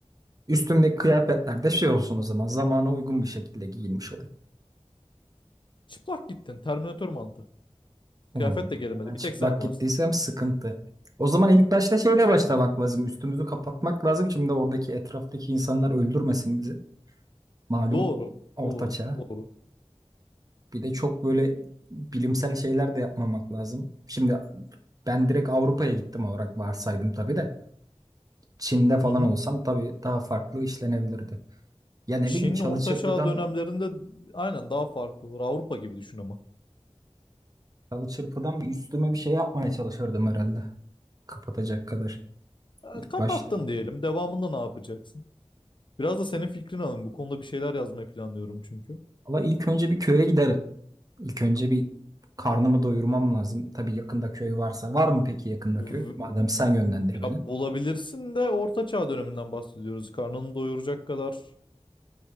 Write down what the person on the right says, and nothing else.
üstümdeki kıyafetler de şey olsun o zaman zamana uygun bir şekilde giyinmiş olayım.
Oo,
Ben
çıplak
gittiysem sıkıntı. O zaman ilk başta şeyle başlamak lazım. Üstümüzü kapatmak lazım. Şimdi oradaki etraftaki insanlar öldürmesin bizi. Malum
ortaçağ.
Bir de çok böyle bilimsel şeyler de yapmamak lazım. Şimdi ben direkt Avrupa'ya gittim olarak varsaydım tabii de. Çin'de falan
olsam tabii daha farklı işlenebilirdi. Ya ne
bileyim çalı
çırpıdan
çalı çırpıdan bir üstüme bir şey yapmaya çalışırdım herhalde. Kapatacak kadar
ilk
başta.
Ama ilk önce bir köye giderim. İlk önce bir karnımı doyurmam lazım. Tabii yakında köy varsa. Var mı peki yakında
köy? Madem sen yönlendir beni.